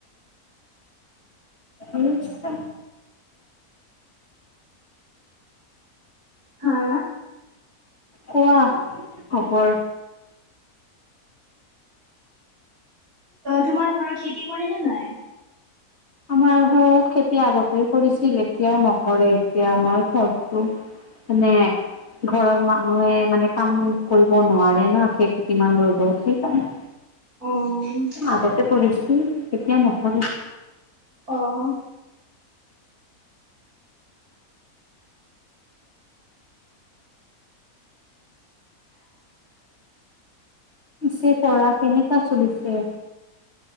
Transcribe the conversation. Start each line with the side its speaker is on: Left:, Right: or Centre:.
Left: নিছা।
Right: হা?
Left: কোৱা খবৰ।
Right: তোমাৰ ঘৰত খেতি কৰে নে নাই?
Left: আমাৰ ঘৰত খেতি আগতেই কৰিছিল এতিয়াও নকৰে এতিয়া আমাৰ ঘৰটো মানে ঘৰৰ মানুহে মানে কাম কৰিব নোৱাৰে ন' খেতি কিমান ৰ'দত সেইকাৰনে
Right: অ
Left: আগতে কৰিছো এতিয়া নহব।
Right: অ',
Left: পিছে পৰা কেনেকা চলিছে?